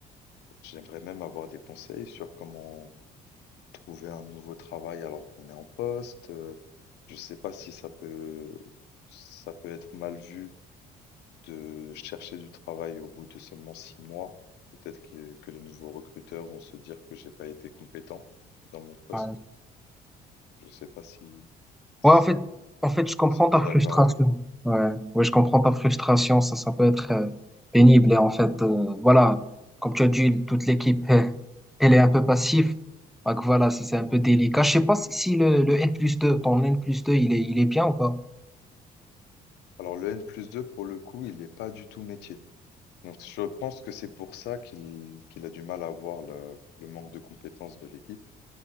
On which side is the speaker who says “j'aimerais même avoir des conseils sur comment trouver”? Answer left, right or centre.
Left